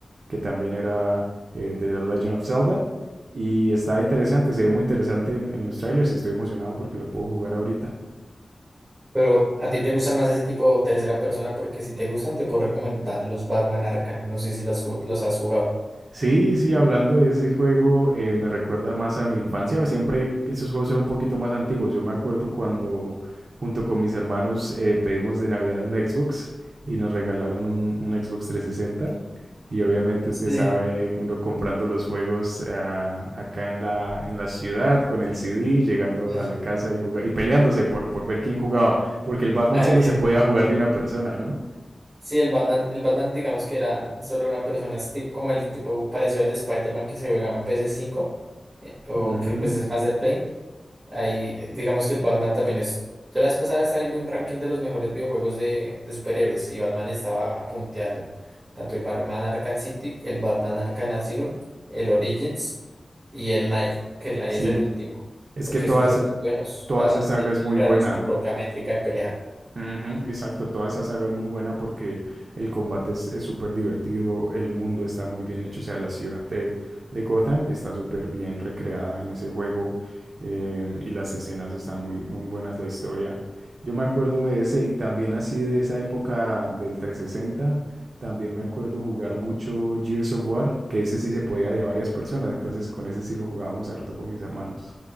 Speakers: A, on the right; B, on the right.
A: que también era eh, de The Legend of Zelda. Y está interesante, se ve muy interesante en, en los trailers y estoy emocionado porque lo puedo jugar ahorita.
B: Pero a ti te gustan más ese tipo de tercera persona porque si te gustan te puedo recomendar los Batman Arkham. No sé si las ju- los has jugado.
A: Sí, sí, hablando de ese juego, eh, me recuerda más a mi infancia. Siempre esos juegos eran un poquito más antiguos. Yo me acuerdo cuando junto con mis hermanos eh, pedimos de Navidad un Xbox y nos regalaron un, un Xbox trescientos sesenta. Y obviamente usted
B: Sí.
A: sabe, uno comprando los juegos ah, acá en la, en la ciudad con el CD, llegando
B: <laughs>
A: a la casa y juga- y peleándose por, por ver quién jugaba, porque el Batman
B: A ver
A: solo
B: quién
A: se podía
B: sí.
A: jugar de una persona, ¿no?
B: Sí, el Batman, el Batman, digamos que era solo una persona, es tip- como el tipo parecido al de Spider-Man que se juega en ps cinco, eh, o
A: Ujú.
B: que pues es más de plane. Ahí, eh, digamos que el Batman también es. Yo la vez pasada estaba viendo un ranking de los mejores videojuegos de, de superhéroes y Batman estaba punteando. Tanto el Batman Arkham City, el Batman Arkham Asylum, el Origins y el Night, que el Night
A: Sí,
B: es el último,
A: Es
B: porque
A: que toda
B: es que son
A: esa,
B: muy buenos.
A: toda
B: da-
A: esa
B: de-
A: saga es muy
B: Crearon
A: buena.
B: su propia métrica de pelea.
A: Ujú, Exacto, toda esa saga es muy buena porque el combate es es súper divertido, el mundo está muy bien hecho, o sea, la ciudad de, de Gotham está súper bien recreada en ese juego eh, y las escenas están muy, muy buenas, la historia. Yo me acuerdo de ese y también así de esa época del 360, también me acuerdo jugar mucho Gears of War, que ese sí se podía de a varias personas, entonces con ese sí lo jugábamos harto con mis hermanos.